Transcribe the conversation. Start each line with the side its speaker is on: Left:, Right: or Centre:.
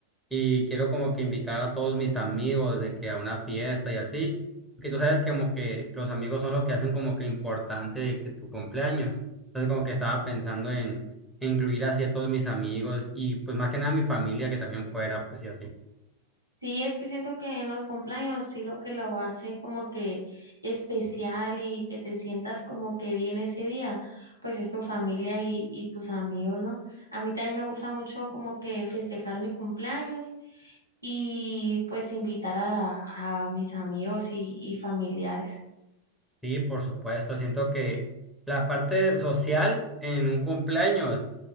Centre: y quiero como que invitar a todos mis amigos de que a una fiesta y así, porque tú sabes que como que los amigos son lo que hacen como que importante de que tu cumpleaños. Entonces como que estaba pensando en, en incluir así a todos mis amigos y pues más que nada a mi familia que también fuera, pues y así.
Right: Sí, es que siento que en los cumpleaños sí lo que lo hace como que especial y que te sientas como que bien ese día, pues es tu familia y, y tus amigos, ¿no? A mí también me gusta mucho como que festejar mi cumpleaños y pues invitar a, a mis amigos y, y familiares.
Centre: Sí, por supuesto. Siento que la parte social en un cumpleaños